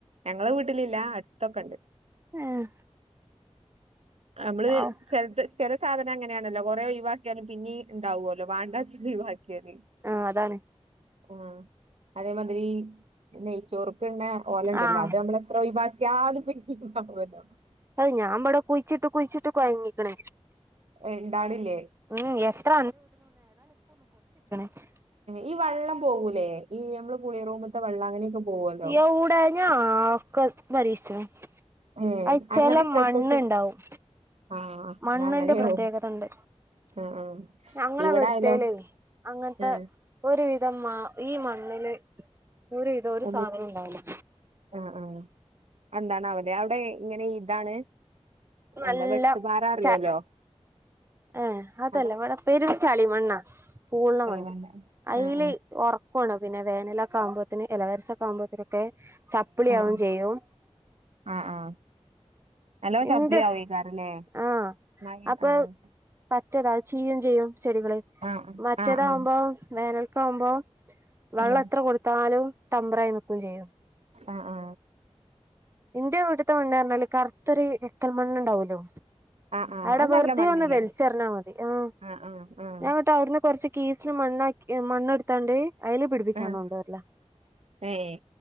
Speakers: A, on the right (about 70°); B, on the right (about 25°).
A: ഞങ്ങള് വീട്ടിലില്ല അടുത്തൊക്കെ ഉണ്ട്.
B: ഏഹ്
A: നമ്മള്
B: ആഹ്
A: ചെലപ്പ സാധനം അങ്ങനാണല്ലോ കുറെ ഒഴിവാക്കിയാലും പിന്നീ ഉണ്ടാവല്ലോ വേണ്ട വെച്ചിട്ട ഒഴിവാക്കിയത്.
B: ആഹ് അതാണ്
A: ആ അതേമാതിരി നെയ്ച്ചോർക്ക്ന്ന ഓല ഉണ്ടല്ലോ
B: ആഹ്
A: അത് നമ്മള എത്ര ഒഴി <unintelligible>
B: അത് ഞാൻ ഇവിടെ കുഴിച്ചിട്ട് കുഴിച്ചിട്ട് കൊഴഞ്ഞ്ക്കണ്.
A: ഏ, ഉണ്ടാണില്ലേ
B: ഉം എത്ര <unintelligible>
A: ഈ വള്ളം പോകൂലേ ഈ നമ്മളെ കുളി റൂമ്െത്തവെള്ളം അങ്ങനെയൊക്കെ പോവല്ലോ
B: <unintelligible>
A: ഏ
B: അത് ചെല
A: അങ്ങനത്തെ സ്ഥലത്തൊക്കെ
B: മണ്ണ്ണ്ടാവും.
A: ആ
B: മണ്ണിന്റെ
A: എന്നാ അങ്ങനെയാവും
B: പ്രത്യേകതണ്ട്.
A: ആ ആ
B: ഞങ്ങളവിടുത്തേ
A: ഇവിടായാലോ
B: േല അങ്ങനത്തെ
A: ആഹ്
B: ഒരു വിധ ഇത മ ഈ മണ്ണില് ഒരു ഇതോ ഒരു
A: ഒന്ന്
B: സാധനോണ്ടാവൂല
A: ആഹ് ആഹ് എന്താണ് ഔടെ അവിടെ ഇങ്ങനെ ഇതാണ്.
B: നല്ല
A: എന്താ വെട്ടുപാറ അറിയാലോ
B: ച ഏ അതല്ല
A: അതാ
B: വടെ പെരും ചളി മണ്ണാ പൂള്ണ
A: ആഹ്
B: മണ്ണ്. അയിൽ
A: ആഹ്
B: ഒറക്കാണ് പിന്നെ വേനലൊക്കെ ആവുമ്പോത്തിന് ഇല്ല വരിസൊക്കെ ആവുമ്പോത്തിനൊക്കെ ചപ്പിളി
A: ആഹ്
B: ആകും ചെയ്യും.
A: ആഹ് ആഹ് നല്ലോ ചപ്പ്ളി
B: ന്റെ
A: ആവോയ്ക്കാരല്ലേ
B: ആ
A: മഴ
B: അപ്പൊ
A: ആഹ്
B: <unintelligible> ചെയ്യും ചെയ്യും ചെടികള്
A: ആഹ്
B: മറ്റേതാവുമ്പോ
A: ആഹ് ആഹ്
B: വേനൽക്ക ആാവുമ്പോ വെള്ളം
A: ആഹ്
B: എത്ര കൊടുത്താലും ടമ്പറായി നിക്കും ചെയ്യും.
A: ആ ആ
B: ഇന്റെ ഇവിടുത്തെ മണ്ണ് പറഞ്ഞാല് കറുത്തൊ എക്കൽ മണ്ണുണ്ടാവോല്ലോ?
A: ആഹ് ആഹ്
B: അവിടെ
A: അത്
B: വെറുതെ
A: നല്ല മണ്ണല്ലേ
B: വന്ന് വലിച്ചെറിഞ്ഞാൽ മതി മ് ആ
A: ആഹ് ആഹ് ആഹ്
B: ഞാൻ ന്നട്ട് അവിടുന്ന് കൊറച്ച് കീസില് മണ്ണാക്കി മണ്ണ്ടുത്താണ്ട് അതില് പിടിപ്പിച്ചാണ്ട്
A: ആഹ്
B: കൊണ്ട്വരല
A: ഏഹ്